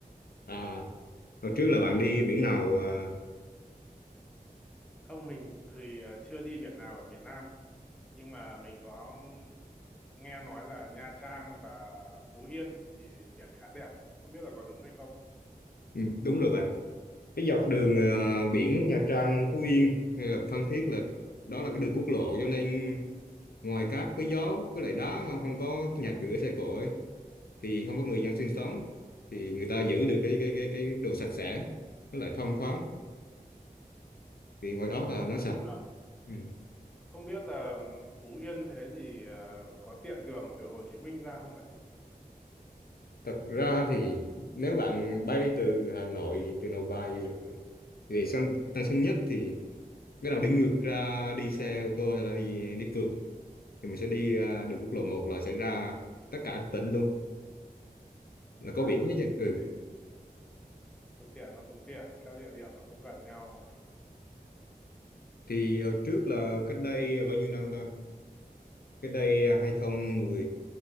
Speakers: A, on the left (about 75°); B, in the centre.
A: à hồi trước là bạn đi biển nào à?
B: không mình thì à, chưa đi biển nào ở miền Nam nhưng mà mình có nghe nói là Nha Trang và Phú Yên thì biển khá đẹp không biết là có đúng hay không
A: ừ, đúng rồi bạn cái dọc đường à, biển Nha Trang Phú Yên hay là Phan Thiết là đó là cái đường quốc lộ cho nên ngoài cát với gió với lại đá không không có nhà cửa xe cộ ấy thì không có người dân sinh sống
B: Ờ.
A: thì người ta giữ được cái cái cái cái đồ sạch sẽ nó lại thông thoáng vì ngoài đó là nó sạch
B: nhưng mà
A: ừ.
B: Không biết là Phú Yên thế thì ờ, có tiện đường từ Hồ Chí Minh ra không bạn nhỉ?
A: thật ra thì nếu bạn bay từ Hà Nội từ Nội Bài về sân Tân Sơn Nhất thì bắt đầu đi ngược ra đi xe ô tô hay là đi, đi phượt thì mình sẽ đi à, đường
B: Ừ.
A: quốc lộ một là sẽ ra tất cả các tỉnh luôn là có
B: À,
A: biển hết chứ ừ
B: thế thì phương tiện nó cũng tiện, các địa điểm nó cũng gần nhau. ha.
A: thì
B: Ừ.
A: ở trước là cách đây bao nhiêu năm ta cách đây à, hai không một